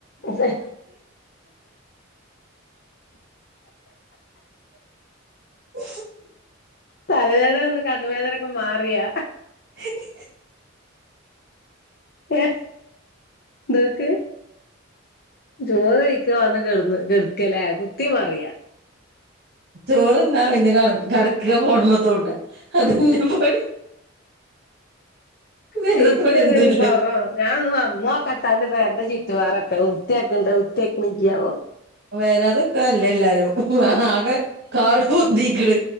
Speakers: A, on the left; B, on the right.
A: ഹ്ഹാ
B: ഉ
A: തലവേദന വന്ന് കണ്ണുവേദനൊക്കെ മാറിയാ
B: ഹ്ഹാ
A: ഹ്ഹാ നോക്ക് ചോറ് വൈക്കാ വന്ന് കിടന്ന് കെടുക്കാലേ കുത്തിമറിയ
B: ചോറ്ന്നാ പിന്നെ കട കിടക്കാ ഫോണു മ്മെത്തോണ്ട അതെന്നെ പണി വേറെ
A: ശരിക്ക്
B: പണിയൊന്നുല്ല
A: പറയാണെങ്കിൽ പറ ഞാനൊന്ന് വന്നോക്കട്ടെ അന്റെ പേരെന്റെ ചിട്ട വാറൊക്കെ വൃത്തിയാക്ക്ണ്ട് വൃത്തിയാക്ക്ണില്ലേ ആവോ
B: വരാത്ക്കാ നല്ലത് എല്ലാരും ആകെ കാട് പൊന്തീക്ക്ണ്